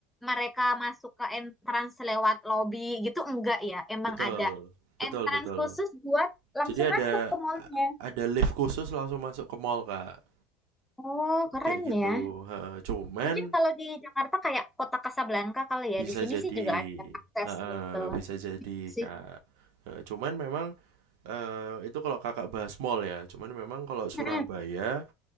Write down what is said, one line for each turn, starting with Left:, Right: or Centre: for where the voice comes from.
Centre: mereka masuk ke entrance lewat lobby gitu enggak ya. Emang
Right: betul,
Centre: ada
Right: betul,
Centre: entrance
Right: betul.
Centre: khusus buat langsung
Right: Jadi ada
Centre: masuk ke mallnya.
Right: ada lift khusus langsung masuk ke mall Kak,
Centre: Oh, keren
Right: kayak gitu.
Centre: ya.
Right: Heeh, cuman
Centre: Mungkin kalau di Jakarta kayak Kota Kasablanka kali
Right: bisa
Centre: ya. Di sini
Right: jadi,
Centre: sih juga ada akses
Right: heeh,
Centre: gitu.
Right: bisa jadi
Centre: sih
Right: Kak. Heeh, cuman memang eh, itu kalau kakak bahas mall ya. Cuman memang kalau Surabaya,
Centre: Mm-mm,